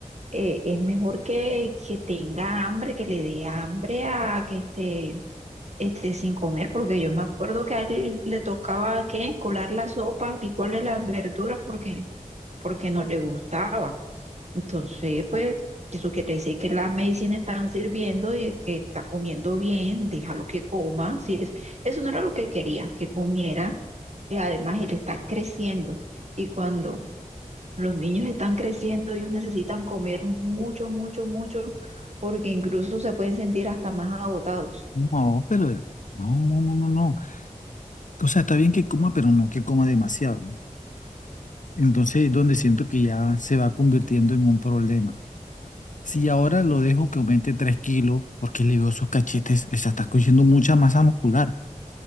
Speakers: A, on the right; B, on the left.
A: eh, es mejor que, que tenga hambre, que le dé hambre a que esté, esté sin comer, porque yo me acuerdo que a él le tocaba, ¿qué? Colar la sopa, licuarle las verduras, porque, porque no le gustaba. Entonces, pues, eso quiere decir que las medicinas están sirviendo y que está comiendo bien, déjalo que coma. Si es, eso no era lo que quería, que comiera. Y además, él está creciendo. Y cuando los niños están creciendo, ellos necesitan comer mucho, mucho, mucho, porque incluso se pueden sentir hasta más agotados.
B: No, pero no, no, no, no. no. O sea, está bien que coma, pero no que coma demasiado. ¿no? Entonces es donde siento que ya se va convirtiendo en un problema. Si ahora lo dejo que aumente 3 kilos, porque le veo esos cachetes, o sea, está cogiendo mucha masa muscular.